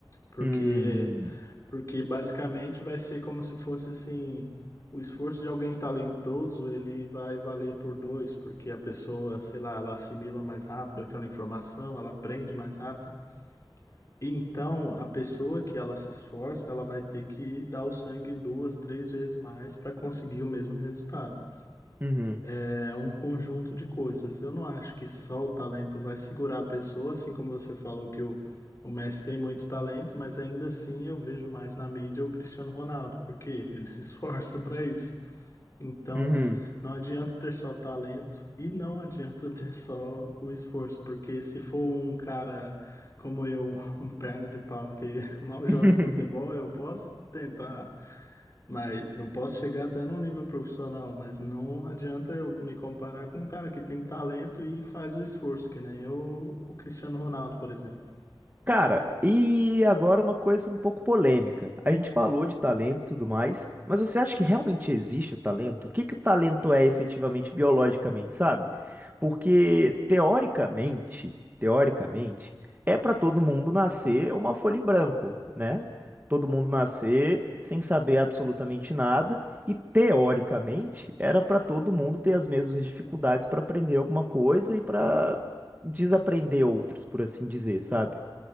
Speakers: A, on the left; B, on the right.
A: Porque
B: Hum,
A: porque basicamente vai ser como se fosse assim, o esforço de alguém talentoso, ele vai valer por dois, porque a pessoa, sei lá, ela assimila mais rápido aquela informação, ela aprende mais rápido. E Então, a pessoa que ela se esforça, ela vai ter que dar o sangue duas, três vezes mais para conseguir o mesmo resultado.
B: uhum,
A: É um conjunto de coisas. Eu não acho que só o talento vai segurar a pessoa, assim como você falou que o, o Messi tem muito talento, mas ainda assim eu vejo mais na mídia o Cristiano Ronaldo, porque <laughs> ele se esforça para isso. Então,
B: uhum.
A: não adianta ter só talento e não adianta <laughs> ter só o esforço, porque se for um cara como eu, <laughs> um perna de pau que <laughs> mal joga
B: <laughs>
A: futebol, eu posso tentar mas eu posso chegar até num nível profissional, mas não adianta eu me comparar com um cara que tem talento e faz o esforço, que nem eu, o Cristiano Ronaldo, por exemplo.
B: Cara, e agora uma coisa um pouco polêmica. A gente falou de talento e tudo mais, mas você acha que realmente existe o talento? O que que o talento é efetivamente biologicamente, sabe? Porque teoricamente, teoricamente, é para todo mundo nascer uma folha em branco, né? Todo mundo nascer sem saber absolutamente nada e teoricamente era para todo mundo ter as mesmas dificuldades para aprender alguma coisa e para desaprender outras, por assim dizer, sabe?